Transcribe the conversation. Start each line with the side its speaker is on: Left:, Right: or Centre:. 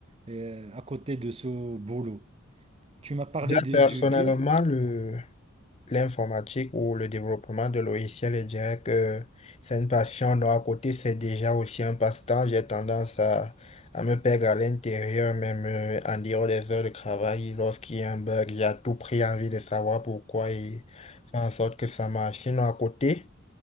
Right: euh, à côté de ce boulot. Tu m'as parlé
Left: Déjà,
Right: de-
Left: personnellement,
Right: du bien.
Left: le, l'informatique ou le développement de logiciels, je dirais que c'est une passion. Donc, à côté, c'est déjà aussi un passe-temps. J'ai tendance à, à me perdre à l'intérieur, même euh, en dehors des heures de travail. Lorsqu'il y a un bug, j'ai à tout prix envie de savoir pourquoi et faire en sorte que ça marche. Sinon, à côté,